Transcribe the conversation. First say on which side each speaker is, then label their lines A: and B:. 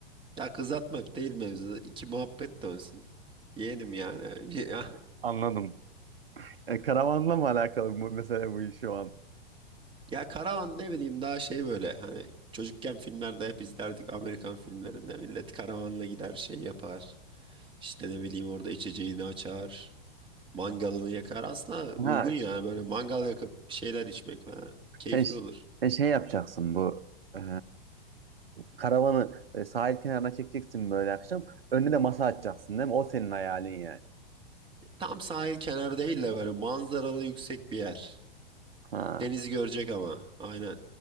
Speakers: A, on the right; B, on the right.
A: Ya kız atmak değil mevzu. İki muhabbet dönsün. Yeğenim yani. <laughs>
B: Anladım. E, karavanla mı alakalı bu mesela bu iş şu an?
A: Ya karavan ne bileyim daha şey böyle hani çocukken filmlerde hep izlerdik Amerikan filmlerinde millet karavanla gider şey yapar. İşte ne bileyim orada içeceğini açar, mangalını yakar. Aslında uygun
B: Ha
A: yani böyle mangal yakıp bir şeyler içmek falan keyifli
B: sen, ş-
A: olur.
B: sen şey yapacaksın bu e, karavanı böyle sahil kenarına çekeceksin böyle akşam. Önüne de masa açacaksın değil mi? O senin hayalin yani.
A: Tam sahil kenarı değil de böyle manzaralı yüksek bir yer.
B: Ha.
A: Denizi görecek ama aynen.